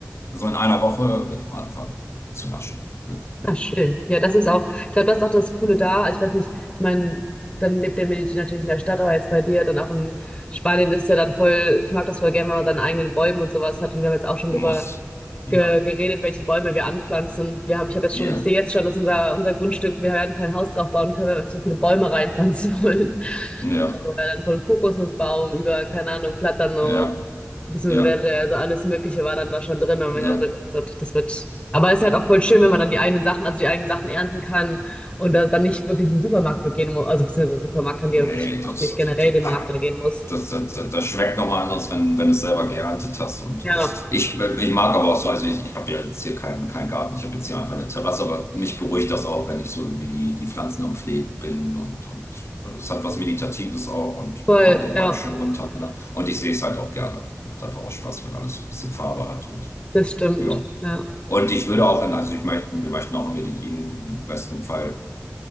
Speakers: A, on the left; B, on the left.
A: so in einer Woche, werde ich mal anfangen zu naschen. <laughs>
B: Ah, schön. Ja, das ist auch, ich glaube, das ist auch das Coole da. Ich weiß nicht, ich meine, dann lebt der Medici natürlich in der Stadt, aber jetzt bei dir dann auch in Spanien ist ja dann voll, ich mag das voll gern, wenn man seine eigenen Bäume und sowas hat. Und wir haben jetzt auch schon
A: Muss.
B: drüber
A: Ja.
B: ge geredet, welche Bäume wir anpflanzen. Und wir haben, ich habe jetzt
A: Ja.
B: schon, ich sehe jetzt schon, dass unser, unser Grundstück, wir werden kein Haus drauf bauen können, weil wir so viele Bäume reinpflanzen <laughs> wollen.
A: Ja.
B: Oder dann von Kokosnussbaum über, keine Ahnung, Platano.
A: Ja,
B: Beziehungsweise
A: ja,
B: wäre, also alles Mögliche war dann da schon drin und
A: ja.
B: wir haben gesagt, so, das wird. Aber es ist halt auch voll schön, wenn man dann die eigenen Sachen, also die eigenen Sachen ernten kann und da, dann nicht wirklich in den Supermarkt gehen muss, also beziehungsweise Supermarkt haben
A: Nee,
B: die ja wirklich
A: das,
B: auch nicht generell
A: das, das,
B: den Markt dann gehen muss.
A: das, das, das das schmeckt nochmal anders, wenn, wenn du es selber geerntet hast. Und
B: Ja,
A: ich, ich mag aber auch so, also ich, ich habe ja jetzt hier keinen keinen Garten, ich habe jetzt hier einfach eine Terrasse, aber mich beruhigt das auch, wenn ich so irgendwie die, die Pflanzen am Pflegen bin und, und es hat was Meditatives auch und
B: voll,
A: kommt dabei
B: ja,
A: schön runter. Ne? Und ich sehe es halt auch gerne. Macht einfach auch Spaß, wenn alles so ein bisschen Farbe hat und
B: das stimmt.
A: ja.
B: Ja.
A: Und ich würde auch, in, also ich möchte, wir möchten auch in Medellin im besten Fall